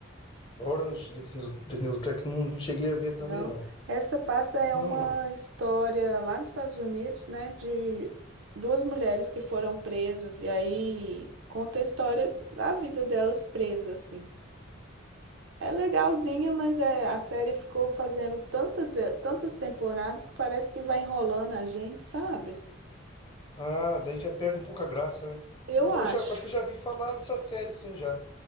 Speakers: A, on the left; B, on the right.
A: Orange is the New Black, não, não cheguei a ver também
B: Não.
A: não.
B: Essa passa é
A: Não,
B: uma
A: não.
B: história lá nos Estados Unidos, né, de duas mulheres que foram presas e aí conta a história da vida delas presas assim. É legalzinha, mas é, a série ficou fazendo tantas eh, tantas temporadas que parece que vai enrolando a gente, sabe?
A: Ah, daí já perde um pouco a graça, né?
B: Eu
A: Mas
B: acho.
A: eu já, acho que eu já vi falar dessa série, sim, já.